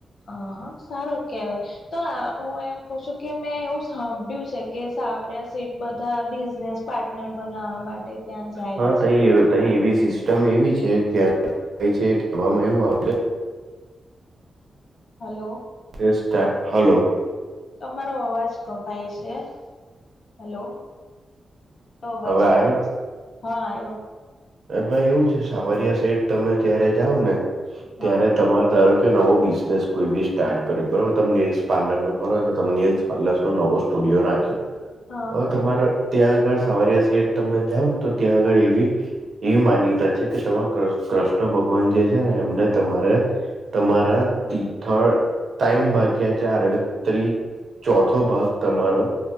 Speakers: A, on the left; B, on the right.
A: હ હા સારું કેહેવાય તો હું એમ કવ છું કે મેં એવું સાંભળ્યું છે કે સાવરિયા શેઠ બધા બિઝનેસ પાર્ટનર બનાવવા માટે ત્યાં જાય
B: હા તઇ
A: છે
B: તઇ એવી સિસ્ટમ એવી છે <unintelligible> કહેવામાં એવું આવે
A: હલો
B: <unintelligible> હલો
A: તમારો અવાજ કપાય છે. હલો <unintelligible>
B: આવ્યો
A: બોલો હા આયો
B: તો એવું છે સાવરિયા સેઠ તમે જયારે જાવ ને
A: હા
B: ત્યારે તમારે ધારો કે નવો બિઝનેસ કોઈ બી સ્ટાર્ટ કરે બરોબર તમે નેલ્સ પ્લર નો કરો છો તમે નેલ્સ પલેસ નું નવો સ્ટુડિયો નાખ્યો
A: હા
B: હવે
A: હા
B: તમારે ત્યાં આગળ સાવારિયા સઠ તમે જાાવ ને તો ત્યાં આગળ એવી એવી માન્યતા છે કે ત કૃષ્ણ ભગવાન જે છે ને એમને તમારે તમારા,
A: હમ હમ
B: તિથળ તાઈમ ભાગ્યા ચાર એટલે ત્રી ચોથો ભાગ તમારો